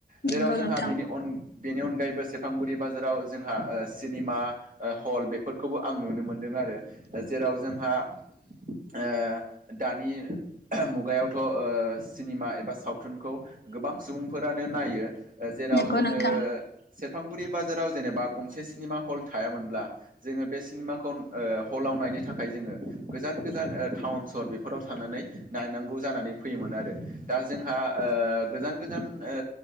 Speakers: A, on the left; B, on the right.
A: नंगौ
B: जेराव जोंहा
A: नोंथां
B: बेनि अनगायैबो सेरफांगुरि बाजाराव। जोंहा ओ सिनेमा ओ हल बेफोरखौबो आं नुनो मोनदों आरो। जेराव जों ओ। दानि मुगायावथ सिनेमा एबा सावथुनखौ गोबां सुबुंफोरानो नायो ओ जेराव
A: नंगौ
B: जोंङो
A: नोंथां
B: सेरफांगुरि बाजाराव। जेनेबा गंसे सिनेमा हल थायामोनब्ला जोङो बे सिनेमाखौ ओ हलाव नायनो थाखाय जोंङो। गोजान गोजान ओ टाउन सहर बेफोराव थांनानै नायनांगौ जानानै फैयोमोन आरो दा जोंहा। ओ गोजान गोजान ओ